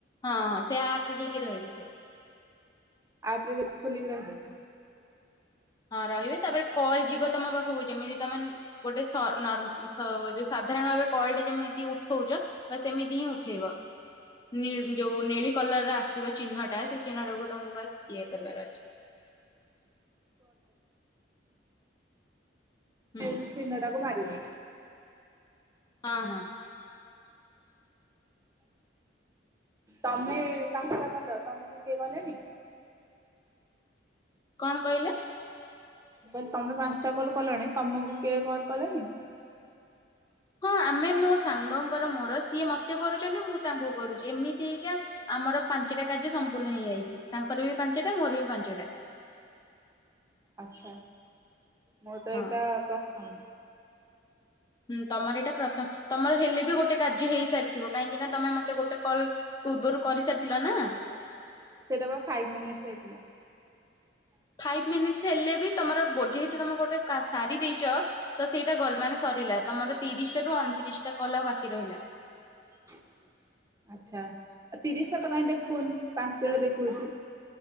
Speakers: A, on the left; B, on the right.
A: ହଁ ହଁ ସେ ଆପରେ ଯାଇକି ରହିବେ। ସେ
B: ଆପରେ <unintelligible> ଖୋଲିିକି ରହିବେ।
A: ହଁ ରହିବେ ତାପରେ କଲ ଯିବ ତମ ପାଖକୁ ଯେମିତି ତମେ ଗୋଟେ ସ ନନ ସ <unintelligible> ସାଧାରଣ ଭାବେ କଲଟି ଯେମିତି ଉଠଉଚ ବାସ ସେମିତି ହିଁ ଉଠେଇବ। ନିଅ ଯୋଉ ନେଳି କଲର ର ଆସିବ ଚିହ୍ନଟା ସେଇ ଚିହ୍ନ ତମକୁ ବାସ ଇଏ କରିବାର ଅଛି। ହୁଁ
B: ଚିହ୍ନ ଟାକୁ ମାରିବ।
A: ହଁ ହଁ।
B: ତମେ ପାଂଶାଟା କଲ୍ ତମକୁ କିଏ କଲେଣି?
A: କଣ କହିଲ?
B: ମୁଁ କହିଲି ତମେ ପାଂଶଟା କଲ କଲଣି ତମକୁ କିଏ କଲ କଲେଣି?
A: ହଁ ଆମେ ମୋ ସାଙ୍ଗଙ୍କର ମୋର ସିଏ ମତେ କରୁଚନ୍ତି ମୁଁ ତାଙ୍କୁ କରୁଚି ଏମିତି ହେଇକା ଆମର ପାଞ୍ଚଟା କାର୍ଯ୍ୟ ସମ୍ପୂର୍ଣ୍ଣ ହେଇଯାଇଚି ତାଙ୍କର ବି ପାଞ୍ଚଟା ମୋର ବି ପାଞ୍ଚଟା।
B: ଆଛା। ମୁ ତ ଏଇତ
A: ହଁ।
B: ପ୍ର <unintelligible>
A: ହୁଁ ତମର ଏଇଟା ପ୍ରଥମ ତମର ହେଲେ ବି ଗୋଟେ କାର୍ଯ୍ୟ ହେଇ ସାରଥିବ କାହିଁକିନା ତମେ ମତେ ଗୋଟେ କଲ୍ ପୂର୍ବରୁ କରିସାରିଥିଲ ନା।
B: ସେଇଟା ପା ଫାଇ ମିନିଟସ ହେଇଥିଲା।
A: ଫାଇଭ ମିନିଟସ ହେଲେ ବି ତମର ଗୋ ଯେହେତୁ ତମେ ଗୋଟେ କା ସାରୀ ଦେଇଚ ତ ସେଇଟା ଗଲ ମାଥ। ସରିଲା ତମର ତିରିଶଟା ରୁ ଅନତିରିଶ ଟା କଲ ଆଉ ବାକି ରହିଲା।
B: <inaudible> ଆଛା ଆ ତିରିଶଟା ତ କାଇଁ ଦେଖଉନି ପାଞ୍ଚଟା ଦେଖଉଚି।